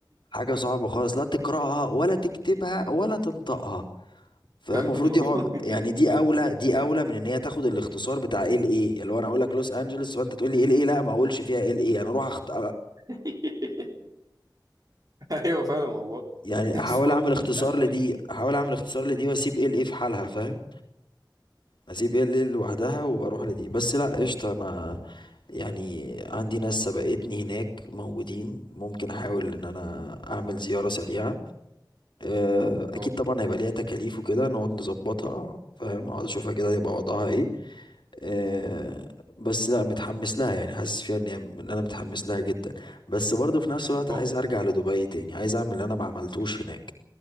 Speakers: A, on the left (about 80°); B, on the right (about 50°).
A: حاجه صعبه خالص لا تقراها ولا تكتبها ولا تنطقها فاهم
B: فاهم
A: المفروض دي
B: والله
A: هو يعني دي اولى دي اولى من ان هي تاخد الاختصار بتاع ال ايه اللي هو انا اقول لك لوس انجلوس فانت تقول لي ال ايه لا ما اقولش فيها ال ايه انا اروح أخت...
B: <laughs> أيوه فاهم والله
A: يعني
B: اسمها
A: احاول اعمل
B: طويل
A: اختصار
B: أوي
A: لدي احاول اعمل اختصار لدي واسيب ال ايه في حالها فاهم اسيب ال ايه لوحدها واروح لدي بس لا قشطه انا يعني عندي ناس سبقتني هناك موجودين ممكن احاول ان انا اعمل زيارة سريعة آه،
B: أه
A: اكيد طبعا هيبقى ليها تكاليف وكده نقعد نظبطها فاهم اقعد اشوفها كده يبقى وضعها ايه آه، بس لا متحمس لها يعني حاسس فيها ان هي- ان انا متحمس لها جدا بس برضه في نفس الوقت
B: أه
A: عايز ارجع لدبي تاني عايز اعمل اللي انا ما عملتوش هناك